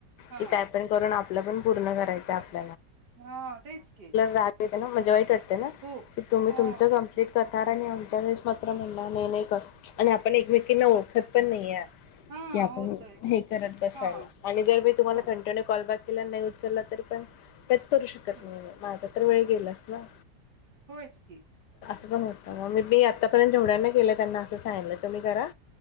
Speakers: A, on the right; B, on the left.
A: हा
B: कि काय पण करून आप् आपलं आपण पूर्ण करायचं आप् <unintelligible>
A: हा तेच की
B: वाईट वाट् त ना
A: खूप
B: तर तुम्ही
A: हा
B: तुमचं कंप्लीट कर् कारण आमच आम्हीच मात्र म्हणणार नाही, नाही गं आणि आपण एकमेकींना ओळखत पण नाही.
A: हा
B: की आपण
A: होतोय ते
B: हे करत बसायला
A: हा
B: आणि जर मी तुम्हांला
A: हो
B: कंटिन्यू कॉल बॅक केला नाही, उचलला तरी पण तेच करू शकत
A: हम्म
B: नाही, माझा तर वेळ केलास ना,
A: होयच की,
B: सहन पण होत नाही, म् मी बी आतापर्यंत जेवढ्यांना केलाय त्यांना असं सांगीतो तुम्ही करा.